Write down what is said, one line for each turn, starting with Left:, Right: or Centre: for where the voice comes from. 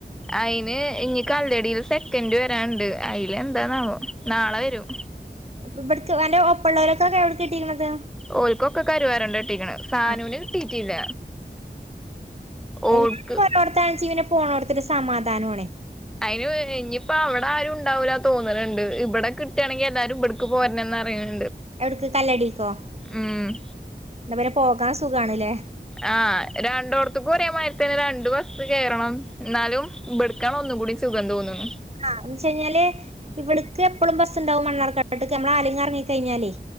Centre: അയിന് ഇങ്ങി കല്ലടിയില് സെക്കൻഡ് വരാനുണ്ട്. അയി ല് എന്താണാവോ? നാളെ വരും.
Right: ഇവിടക്ക് എന്റെ ഒപ്പൊള്ളവരൊക്കെ എവിടെക്ക് കിട്ടിയേക്കണത്.
Centre: ഓൽക്കൊക്കെ കരുവാറുണ്ട കിട്ടീക്കണേ. സാനൂന്
Right: ആ
Centre: കിട്ടീട്ടില്ല. ഓൾക്ക്
Right: എല്ലാർക്കും ഒരോടത്താണിച്ചി പോണോടത്തൊരു സമാധാനോ ആണേ
Centre: അയിന് ഇനിയിപ്പോ അവിടെ ആരും ഉണ്ടാവൂല തോന്നലുണ്ട്. ഇവിടെ കിട്ടാണെങ്കി എല്ലാരും ഇവിടക്ക് പോരണന്ന് പറയണേ.
Right: എവിടക്ക് കല്ലടിക്കോ.
Centre: ഉം
Right: എന്നാ പിന്നെ പോകാൻ സുഖാണല്ലേ.
Centre: ആ രണ്ടോടത്തക്കും ഒരേമാതിരി തന്നെ രണ്ട് ബസ് കയറണം എന്നാലും ഇവടേക്കാണ് ഒ ന്നുംകൂടി സുഖം തോന്നുന്നു.
Right: ആ എന്ന് വെച്ച് കഴിഞ്ഞാല് ഇവിടക്ക് എപ്പളും ബസുണ്ടാവും മണ്ണാർക്കാട്ടേക്ക്. നമ്മള് ആലങ്ങ ഇറങ്ങി കഴിഞ്ഞാലേ